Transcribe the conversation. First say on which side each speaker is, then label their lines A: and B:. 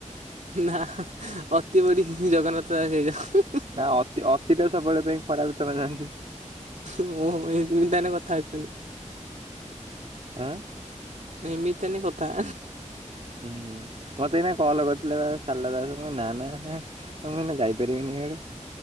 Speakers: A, on the right; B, on the right.
A: ନା ଅତି ବଡି ଜଗନ୍ନାଥ ଦାସ ହେଇଯାଅ, ହୁଁ।
B: ନା ଅତି ଅତି ଟା ସବୁବେଳେ ପାଇଁ ଖରାପ ତମେ ଜାଣି
A: ଓହୋ ଏଇଥିପାଇଁ ତାହେଲେ କଥା ଆସୁନି।
B: ଆଁ
A: ଏମିତି ତାନି କଥା।
B: ହୁଁ ମତେ ଏଇନା କଲ କରିଥିଲା ବା ସାରଲା ଦାସ୍ ମୁଁ କଇଲି ନା ନା ହାଁ। ଏ ମୁଁ ଏଇନା ଯାଇ ପାରିବିନି ଇଆଡ଼େ।